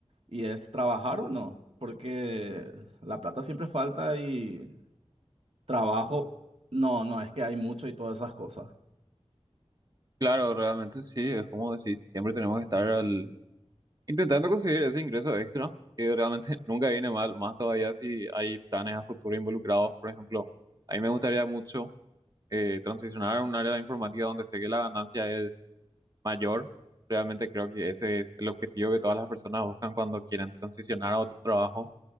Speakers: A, on the right; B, on the right.
A: Y es trabajar o no, porque la plata siempre falta y trabajo, no, no es que hay mucho y todas esas cosas.
B: Claro, realmente sí, es como decís, siempre tenemos que estar al, intentando conseguir ese ingreso extra, que realmente <laughs> nunca viene mal, más todavía si hay planes a futuro involucrados. Por ejemplo, a mí me gustaría mucho eh, transicionar a un área de informática donde sé que la ganancia es mayor. Realmente creo que ese es el objetivo que todas las personas buscan cuando quieren transicionar a otro trabajo,